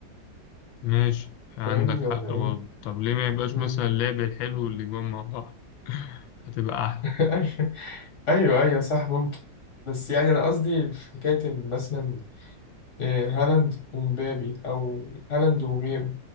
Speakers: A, on the left (about 85°); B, on the left (about 40°).
A: ماشي عندك
B: فاهمني
A: حق
B: ولا ايه؟
A: برضه طب ليه ما يبقاش
B: مم.
A: مثلا اللعب الحلو اللي جوه مع بعض <laughs> هتبقى أحلى
B: <laughs> ايوه ايوه صح ممكن بس يعني انا قصدي في حكايه إن مثلا إيه، هالاند ومبابي او هالاند وغيره